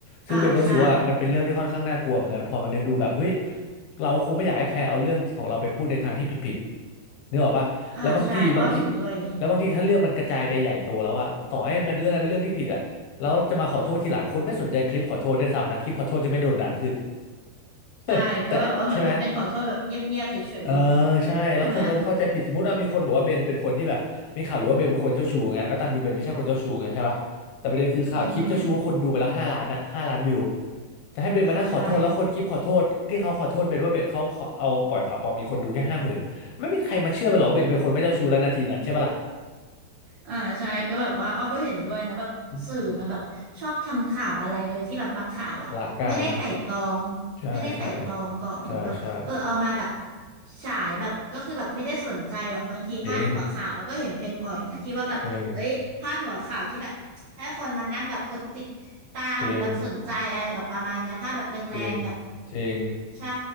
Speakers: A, on the left; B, on the right.
A: ซึ่งเบนก็รู้สึกว่ามันเป็นเรื่องที่ค่อนข้างน่ากลัวเหมือนกันนะพอมานึกดูแบบเฮ้ย
B: อ่าใช่
A: เราคงไม่อยากให้ใครเอาเรื่องของเราไปพูดในทางที่ผิดๆนึกออกปะแล้วบางทีบางที
B: อ่าใช่อ้อเห็นด้วยเลย
A: แล้วบางทีถ้าเรื่องมันกระจายไปใหญ่โตแล้วอะต่อให้มันเรื่องอะไรเป็นเรื่องที่ผิดอะ แล้วจะมาขอโทษทีหลังคนไม่สนใจคลิปขอโทษด้วยซ้ำนะคลิปขอโทษจะไม่โดนดันขึ้น
B: ใช่ก็แบบว่าเหมือนแบบเป็นขอโทษแบบเงียบๆเฉย
A: <laughs> แต่ใช่ไหมเออใช่แล้วคนก็จะเข้าใจผิดสมมติว่ามีคนบอกว่าเบนเป็นคนที่แบบมีข่าวหรือว่าเบนเป็นคนเจ้าชู้ไงแล้วตามจริงเบนไม่ใช่คนเจ้าชู้ไงใช่ปะแต่ประเด็นคือข่าวคลิปเจ้าชู้คนดูไปแล้วห้าล้านอ่ะห้าล้านวิว
B: ๆใช่ไหมอือฮึ
A: จะให้เบนมานั่งขอโทษแล้วคนคลิปขอโทษที่เขาขอโทษเบนว่าเบนเขาเอาปล่อยข่าวปลอมมีคนดูแค่ห้าหมื่นไม่มีใครมาเชื่อไปหรอกว่าเบนเป็นคนไม่เจ้าชู้แล้วนาทีนั้นใช่ปะล่ะ
B: อ่าใช่ อ่าใช่ก็แบบว่าอ้อก็เห็นด้วยนะแบบสื่อมันแบบชอบทำข่าวอะไรโดยที่แบบบางข่าวอ่ะไม่ได้ไต่ตอง
A: อืมพละการนะใช่ใช่
B: ไม่ได้ไต่ตองก่อนนะมันแบบเออเอามาแบบ
A: ใช่ใช่
B: ฉายแบบก็คือแบบไม่ได้สนใจหรอกบางทีพาดหัวข่าวอ้อก็เห็นเป็นบ่อยนะที่ว่าแบบเอ้ยพาดหัวข่าวที่แบบให้คนมานั่งแบบกดติดตามหรือแบบสนใจอะไรแบบประมาณเนี้ยพาดแบบแรงๆแบบ
A: จริงจริงจริง จริงจริง
B: ใช่